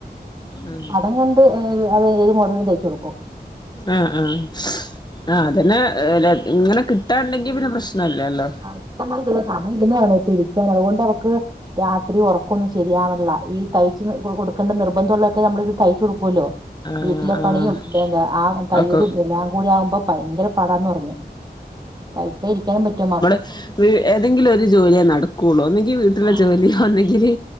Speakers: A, on the left; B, on the right.
A: ഉം
B: അതങ്ങനെണ്ട് ഏ അത് ഏത് മോഡലും തയ്ച്ചു കൊടുക്കും
A: ആഹ്‌ ആഹ് ആ അതന്നെ ലെ ഇങ്ങനെ കിട്ടാണ്ടെങ്കി പിന്നെ പ്രശ്നല്ലേല്ലോ
B: ആ ഇഷ്ടമാതിെ സമയ ഇടുന്നാണോ ഇപ്പൊ ഇരിക്കാൻ അതുകൊണ്ട് അവക്ക് രാത്രി ഉറ കൊന്നും ശരിയാവള്ള ഈ തയ്ച്ച് കൊടുക്കേണ്ട നിർബന്ധമുള്ളതൊക്കെ നമ്മള ഇത് തയ്ച്ചു കൊടുക്കൂല്ലോ
A: ആഹ്
B: വീട്ടിലെ
A: ആഹ്
B: പണിയും എന്താ ആ തൈരും
A: ഒക്കെ
B: എല്ലാം കൂടി ആകുമ്പോ ഭയങ്കര പടന്ന് പറഞ്ഞു പൈസ ഇരിക്കാ പറ്റുമ
A: വ ഏതെങ്കിലും ഒരു ജോലിയേ നടക്കുള്ളൂ അന്നെങ്കിൽ വീട്ടില
B: ആ
A: ജോലി ഒന്നെങ്കില്